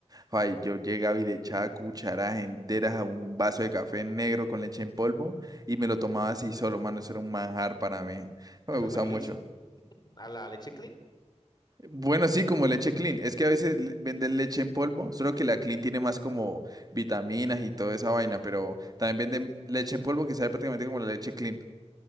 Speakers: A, on the right; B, on the left.
A: Ay, yo llegaba y le echaba cucharadas enteras a un vaso de café negro con leche en polvo y me lo tomaba así solo, mano, eso era un manjar para mí. No
B: ¿Te
A: Me
B: referís
A: gusta mucho.
B: a la leche clean?
A: Bueno, sí, como leche Clean. Es que a veces le- venden leche en polvo, solo que la Clean tiene más como vitaminas y toda esa vaina, pero también venden leche en polvo que sabe prácticamente como la leche Clean.